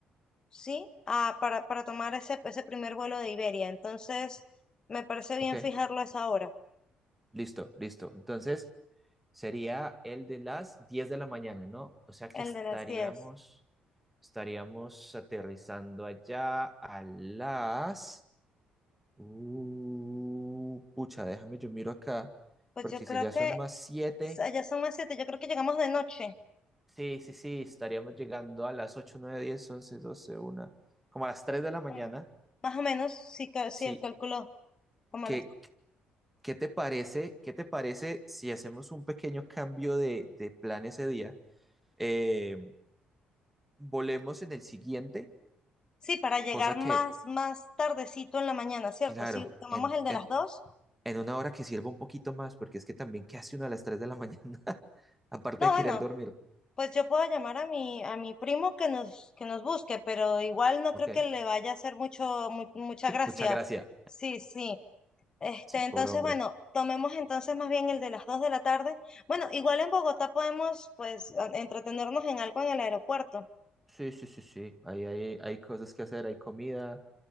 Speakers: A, on the left; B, in the centre.
A: ¿sí? Ah, para, para tomar ese, ese primer vuelo de Iberia. Entonces me parece bien
B: Ok.
A: fijarlo a esa hora.
B: Listo, listo. Entonces sería el de las 10 de la mañana, ¿no? O sea que
A: El
B: estaríamos,
A: de las diez,
B: estaríamos aterrizando allá a las... Uh, pucha, déjame yo miro acá
A: Pues
B: porque
A: yo creo
B: si ya
A: que
B: son más 7.
A: s- allá son las 7. yo creo que llegamos de noche,
B: Sí, sí, sí, estaríamos llegando a las ocho, nueve, diez, once, doce, una, como a las 3 de la mañana.
A: como más o menos, si, ca-
B: Sí,
A: si el cálculo, como
B: ¿qué,
A: a las...
B: qué te parece, qué te parece si hacemos un pequeño cambio de, de plan ese día? Eh, volemos en el siguiente,
A: Sí, para llegar
B: cosa
A: más,
B: que,
A: más tardecito en la mañana, ¿cierto?
B: claro,
A: Si tomamos
B: en,
A: el de
B: en,
A: las dos,
B: en una hora que sirva un poquito más, porque es que también, ¿qué hace uno a las 3 de la mañana? <laughs> Aparte
A: no,
B: de
A: bueno,
B: querer dormir.
A: pues yo puedo llamar a mi, a mi primo que nos, que nos busque, pero igual no
B: Ok,
A: creo que le vaya a hacer mucho, mu- mucha
B: <laughs>
A: gracia.
B: muchas gracias.
A: Sí, sí. Este,
B: Sí, pobre
A: entonces,
B: hombre.
A: bueno, tomemos entonces más bien el de las 2 de la tarde. Bueno, igual en Bogotá podemos, pues, a- entretenernos en algo en el aeropuerto.
B: Sí, sí, sí, sí. Ahí hay, hay cosas que hacer, hay comida.